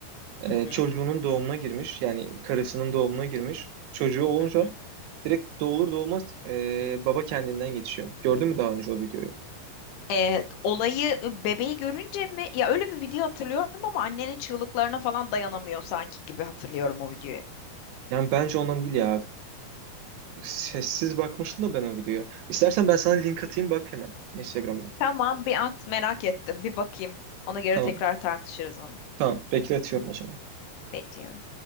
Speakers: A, on the right; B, on the left.
A: e,
B: Hı hı.
A: çocuğunun doğumuna girmiş. Yani karısının doğumuna girmiş. Çocuğu olunca
B: Hı hı.
A: direkt doğulur doğulmaz e, baba kendinden geçiyor. Gördün mü daha önce o videoyu?
B: Ee, olayı bebeği görünce mi? Ya öyle bir video hatırlıyorum ama annenin çığlıklarına falan dayanamıyor sanki gibi hatırlıyorum o videoyu.
A: Yani bence ondan değil ya. Sessiz bakmıştım da ben o videoya. İstersen ben sana link atayım bak hemen Instagram'dan.
B: Tamam bir at merak ettim. Bir bakayım. Ona göre
A: Tamam.
B: tekrar tartışırız onu.
A: Tamam. Bekletiyorum o zaman.
B: Bekliyorum.